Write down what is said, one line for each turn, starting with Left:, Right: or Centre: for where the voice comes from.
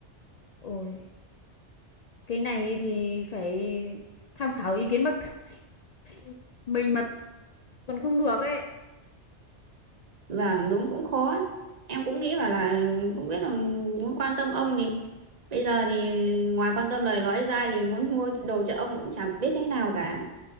Left: ôi cái này thì phải tham khảo ý kiến bác <laughs> sĩ mình mà còn không được ấy
Right: Vâng, đúng cũng khó. Em cũng nghĩ bảo là không biết là muốn quan tâm ông thì bây giờ thì ngoài quan tâm lời nói ra thì muốn mua đồ cho ông cũng chẳng biết thế nào cả.